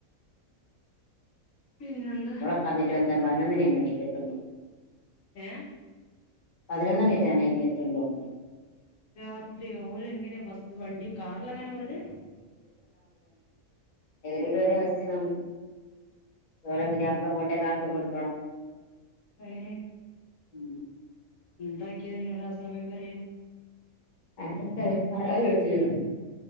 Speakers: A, on the left (about 70°); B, on the left (about 35°).
A: പിന്നെന്താ
B: <unintelligible> പതിനൊന്നിനേ എണീക്കതൊള്ള്
A: ഏഹ്
B: പതിനൊന്നെണിറ്റ <unintelligible>
A: രാത്രിയോ ഓല് എങ്ങനെയാ ബസ്സ് വണ്ടി കാറിലാ അങ്ങനെ പോയത്
B: എവരേലും ഒരാഴ്ച്ച കാണും ഓല് പുതിയാപ്ല ഇങ്ങോട്ടേക്കാക്കി കൊടുക്കണം
A: ഇപ്പഴേ
B: മ്
A: എന്താക്കിയത് ഒരു ആ സമയം വരെയും
B: ആർക്കറിയാ ആരാ ചോദിച്ചില്ലല്ലോ